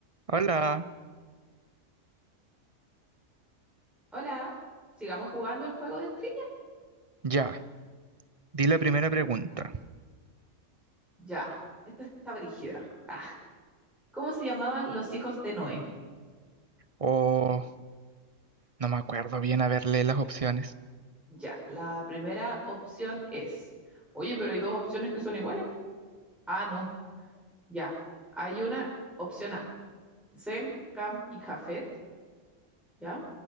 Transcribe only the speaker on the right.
Hola,
ya, di la primera pregunta.
O no me acuerdo bien haberle las opciones.